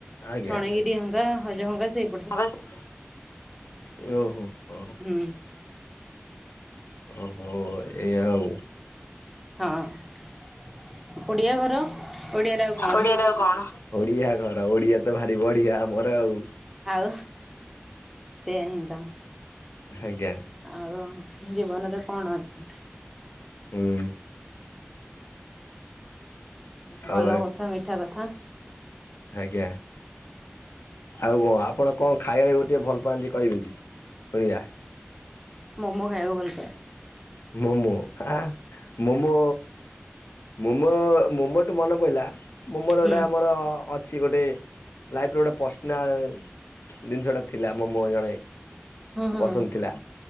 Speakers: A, on the left; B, in the centre.
A: ଆଜ୍ଞା
B: ଛଣଗିରି
A: ଆଜ୍ଞା
B: ହଙ୍ଗା, ହଜ ହଙ୍ଗା ସେଇ।
A: <unintelligible> ଓହୋ ହ ହୋ।
B: ହୁଁ।
A: ଓହୋ ଏଇ ଆଉ।
B: ହଁ ଓଡ଼ିଆ ଘର। ଓଡ଼ିଆରେ ଆଉ କଣ
A: ଓଡ଼ିଆ ରେ ଆଉ କଣ? ଓଡିଆ ଘର ଓଡିଆ ତ ଭାରି ବଢିଆ ଆମର ଆଉ।
B: ଆଉ ସେ ହିଁ ତ।
A: ଆଜ୍ଞା।
B: ଆଉ ଜୀବନରେ କଣ ଅଛି?
A: ହୁଁ। ଆଉ
B: ଭଲ କଥା, ମିଠା କଥା।
A: ଆଜ୍ଞା। ଆଉ କଣ ଆପଣ କଣ ଖାଇବାବେକୁ ଟିକଏ ଭଲ ପାଆନ୍ତି କହିବେ କି ଶୁଣିବା?
B: ମୋମୋ। ଖାଇବାକୁ ଭଲ ପାଏ।
A: ମୋମୋ ଆ ଆଁ ମୋମୋ। ମୋମୋ ମୋମୋ ଟୁ ମନେ ପଡଲା ମୋମୋର
B: ହୁଁ
A: ଏଟା ଆମର ଅ କିଛି ଗୋଟେ ଲାଇଫ୍ର ଗୋଟେ ପର୍ସନାଲ ଜିନିଷଟା ଥିଲା ମୋ ମୋ ଜଣେ।
B: ହୁଁ ହୁଁ
A: ପସନ୍ଦ
B: ହୁଁ
A: ଥିଲା।